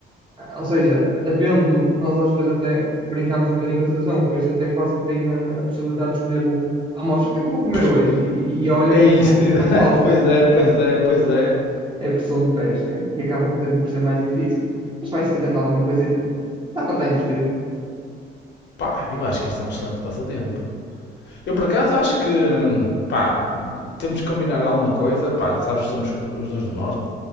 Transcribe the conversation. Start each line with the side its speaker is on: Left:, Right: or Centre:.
Right: ou seja, havendo, nós às vezes até brincamos um bocadinho com a situação, o peixe até quase que tem a, a possibilidade de escolher o, a amostra, o que é que eu vou comer
Left: Ups,
Right: hoje? E, e- e olha,
Left: É
Right: porque
Left: isso,
Right: não,
Left: <laughs>
Right: não falta,
Left: pois é, pois
Right: né?
Left: é, pois é.
Right: É a pressão de pesca e acaba um bocadinho por ser mais difícil, mas vai-se tirando alguma coisita. Dá para estar entretido.
Left: Pá, eu acho que isto é um excelente passatempo. Eu por acaso acho que, pá, temos que combinar alguma coisa, pá, sabes que somos os dois do norte.